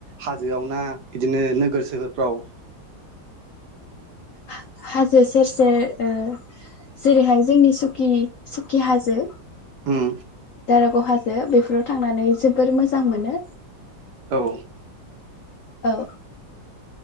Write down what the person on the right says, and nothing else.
हाजोआव ना बिदिनो नोगोर सोहोरफ्राव?
उम
औ